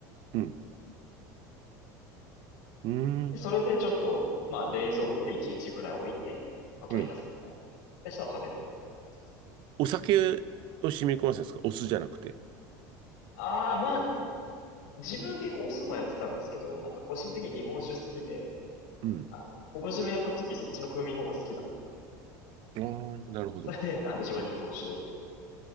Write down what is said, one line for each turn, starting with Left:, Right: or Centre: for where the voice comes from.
Right: うん。うん。
Left: で、それでちょっと、まあ、冷蔵庫で1日ぐらい置いて、まあ、取り出すみたいな。
Right: うん。
Left: で、したら食べるっていう感じです。
Right: お酒を染み込ませるんですかお酢じゃなくて。
Left: ああ、まあ、自分結構お酢もやってたんですけど、なんか個人的に日本酒好きで、
Right: うん。
Left: あの、昆布締めやった時そっちの風味の方が好きだった。
Right: ああ、なるほど。
Left: それで、あの、自分は日本酒よくやって。